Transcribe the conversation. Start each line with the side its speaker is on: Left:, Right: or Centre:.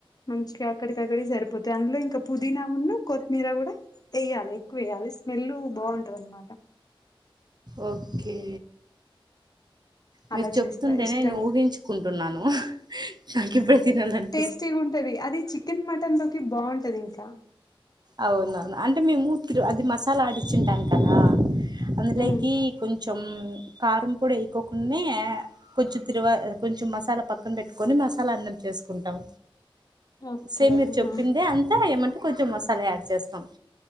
Left: మంచిగా అక్కడికిక్కడి సరిపోతాయి అందులో ఇంకా పుదీనా ఉన్న కొత్తిమీర కూడా ఏయ్యాలి ఎక్కువ వేయాలి స్మెల్ బాగుంటది అన్నమాట
Right: ఓకే మీరు
Left: అలా
Right: చెప్తుంటేనే
Left: చేస్తా ఇష్టంగా
Right: నేను ఊహించుకుంటున్నాను నాకి ఇప్పుడే తినాలని
Left: టేస్టీగా ఉంటది అది చికెన్ మటన్ లోకి బాగుంటది ఇంకా
Right: అవునవును అంటే మేము అది మసాలా ఆడిచ్చింటాం కదా అందులోకి
Left: ఉమ్
Right: కొంచెం కారం పొడి వేకోకుండా కొంచెం తిరువా కొంచెం మసాలా పక్కన పెట్టుకొని మసాలా అన్నం చేసుకుంటాం
Left: ఓకే
Right: సేమ్ మీరు
Left: ఆహా
Right: చెప్పింది అంతా ఏమంటే కొంచెం మసాలా యాడ్ చేస్తాం